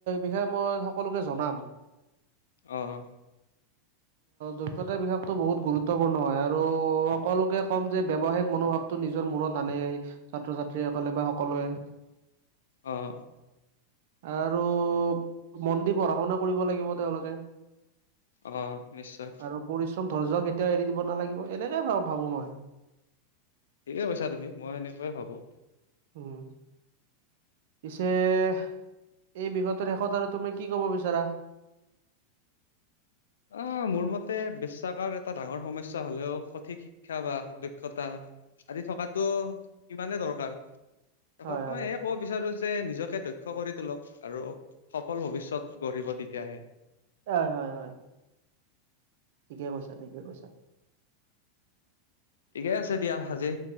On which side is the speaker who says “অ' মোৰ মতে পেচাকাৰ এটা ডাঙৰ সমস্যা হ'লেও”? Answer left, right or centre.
Left